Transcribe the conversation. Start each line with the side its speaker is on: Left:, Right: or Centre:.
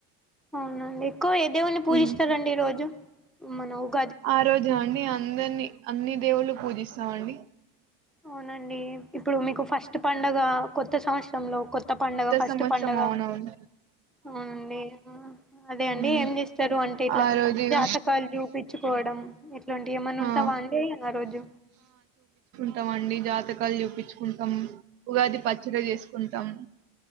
Centre: అవునండి ఎక్కువ ఏ దేవుని పూజిస్తారండి
Right: ఉమ్.
Centre: ఈ రోజు <unintelligible>
Right: ఆ రోజు అండి అందరిని అన్ని దేవుళ్లు పూజిస్తాం అండి
Centre: అవునండి ఇప్పుడు మీకు ఫస్ట్ పండగ కొత్త సంవత్సరంలో కొత్త పండగ ఫస్ట్
Right: సంవత్సరం
Centre: పండగ,
Right: అవునవును
Centre: అవునండి అదే అండి
Right: ఉమ్.
Centre: ఏం చేస్తారు అంటే ఇట్లా
Right: ఆ రోజు ఇగ
Centre: జాతకాలు చూపించుకోవడం అ ఇట్లాంటి ఏమన్నా ఉంటే
Right: ఆ
Centre: <unintelligible> ఆ రోజు
Right: టాం అండి జాతకాలు చూపించుకుంటాం ఉగాది పచ్చడి చేసుకుంటాము